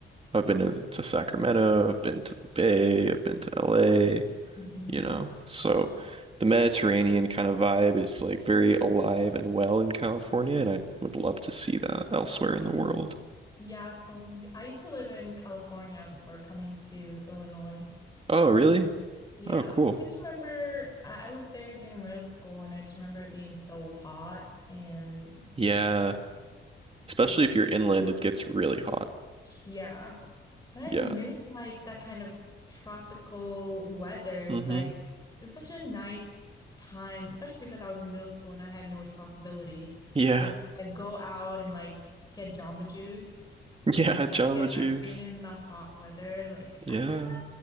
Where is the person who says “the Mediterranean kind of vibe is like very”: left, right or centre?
Right